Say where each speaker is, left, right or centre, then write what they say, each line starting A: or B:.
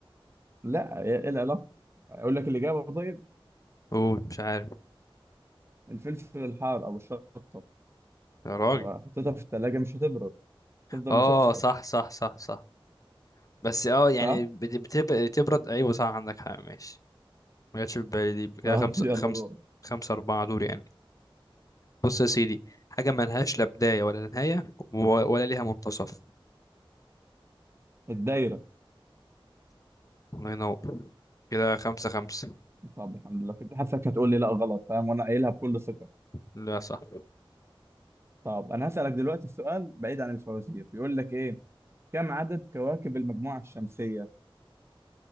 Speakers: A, on the right; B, on the left.
A: لا ايه إيه العلاقه اقول لك الاجابه طيب
B: اوه مش عارف
A: الفلفل الحار او الشطه
B: يا راجل
A: لو حطيتها في الثلاجه مش هتبرد تفضل
B: اه
A: مشطشطه
B: صح صح صح صح بس اه يعني
A: صح
B: بت- بتبقى تبرد ايوه صح عندك حق ماشي ما جاتش في بالي دي كده
A: طب
B: خمسة
A: يلا
B: خمسة
A: دور
B: خمسة أربعة دور يعني بص يا سيدي حاجة ملهاش لا بداية ولا نهاية و- ولا ليها منتصف
A: الدايره
B: الله ينور كده خمسة خمسة
A: طب الحمد لله كنت حاسسك هتقول لي لا غلط فاهم وانا قايلها بكل ثقه
B: لا صح
A: طب انا هسالك دلوقتي السؤال بعيد عن الفوازير بيقول لك ايه كم عدد كواكب المجموعه الشمسيه